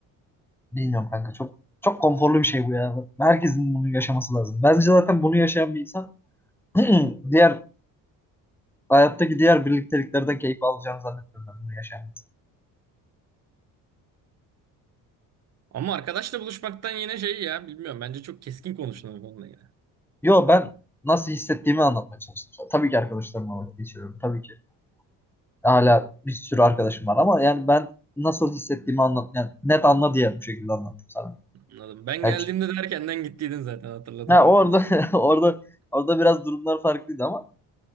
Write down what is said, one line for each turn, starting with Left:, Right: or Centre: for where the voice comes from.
Centre: bilmiyorum kanka çok çok konforlu bir şey bu ya. Herkesin bunu yaşaması lazım. Bence zaten bunu yaşayan bir insan <clears throat> diğer hayattaki diğer birlikteliklerden keyif alacağını zannetmiyorum ben bunu yaşayan.
Right: Ama arkadaşla buluşmaktan yine şey ya bilmiyorum. Bence çok keskin konuştun bu konuda yine.
Centre: Yo ben nasıl hissettiğimi anlatmaya çalıştım. Tabii ki arkadaşlarımla vakit geçiriyorum. Tabii ki hala bir sürü arkadaşım var ama yani ben nasıl hissettiğimi anlat yani net anla diye bu şekilde anlattım sana.
Right: Anladım. Ben
Centre: Yani,
Right: geldiğimde
Centre: ç-
Right: de erkenden gittiydin zaten hatırladım
Centre: ha,
Right: şimdi.
Centre: orada <laughs> orada orada biraz durumlar farklıydı ama